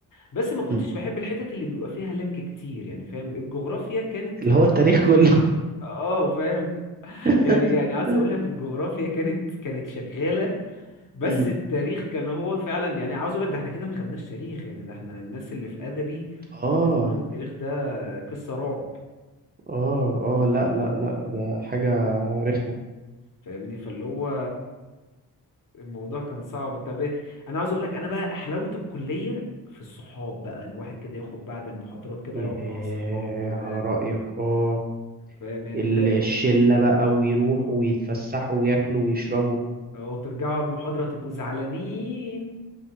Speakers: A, on the left; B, on the right.
A: بس ما كنتش
B: مم.
A: بحب الحتت اللي بيبقى فيها لك كتير يعني فاهم الجغرافيا كانت
B: اللي
A: انا
B: هو التاريخ كله
A: شغ... اه فاهم <laughs>
B: <laughs>
A: يعني يعني عاوز اقول لك الجغرافيا كانت كانت شغاله بس
B: مم.
A: التاريخ كان هو فعلا يعني عاوز اقول لك ده احنا كده ما خدناش تاريخ يعني ده احنا الناس اللي في ادبي
B: اه
A: بالنسبه لهم التاريخ ده قصه رعب
B: اه اه لا لا لا ده حاجة رخمة
A: فاهمني فاللي هو الموضوع كان صعب طب إيه؟ انا عاوز اقول لك انا بقى حلاوه الكليه في الصحاب بقى الواحد كده يخرج بعد المحاضرات كده
B: ياه
A: يقعد مع اصحابه
B: على رأيك اه
A: فاهم يعني
B: الشلة
A: انت
B: بقى ويروحوا ويتفسحوا وياكلوا ويشربوا
A: أو ترجعوا المحاضرة تبقوا زعلانين